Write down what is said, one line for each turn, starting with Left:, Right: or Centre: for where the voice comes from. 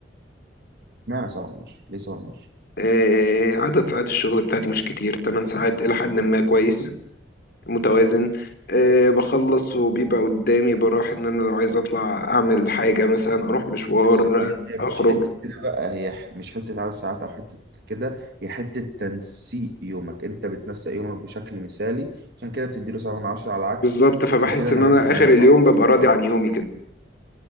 Right: اشمعنى سبعة من عشرة ليه سبعة من عشرة
Left: آه، عدد ساعات الشغل بتاعتي مش كتير 8 ساعات إلى حد ما كويس متوازن أه بخلص وبيبقى قدامي براح ان انا لو عايز اطلع اعمل حاجة مثلا اروح مشوار
Right: بس هي هي
Left: اخرج
Right: مش حتة كده بقى هي ح- مش حتة عدد ساعات أو حتة كده هي حتة تنسيق يومك أنت بتنسق يومك بشكل مثالي عشان كده بتديله سبعة من عشرة على عكسي
Left: بالظبط فبحس
Right: عشان كده أنا
Left: ان انا
Right: بدي اليوم
Left: اخر
Right: أربعة
Left: اليوم
Right: من
Left: ببقى راضي
Right: عشرة.
Left: عن يومي كده